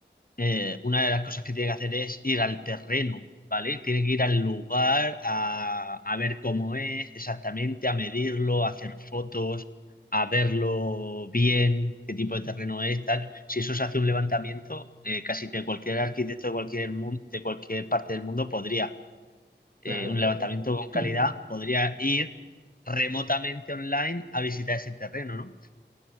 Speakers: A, on the left (about 50°); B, on the right (about 55°).
A: eh, una de las cosas que tiene que hacer es ir al terreno, ¿vale? Tiene que ir al lugar a, a ver cómo es exactamente, a medirlo, a hacer fotos, a verlo bien, qué tipo de terreno es, tal. Si eso se hace un levantamiento, eh, casi que cualquier arquitecto de cualquier mun- de cualquier parte del mundo podría, eh,
B: Claro,
A: un
B: claro.
A: levantamiento con
B: <laughs>
A: calidad, podría ir remotamente online a visitar ese terreno, ¿no?